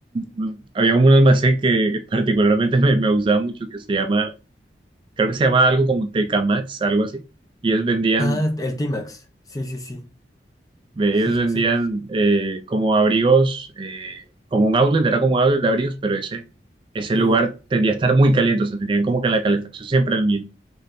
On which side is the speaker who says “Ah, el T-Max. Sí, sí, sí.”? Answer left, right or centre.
Left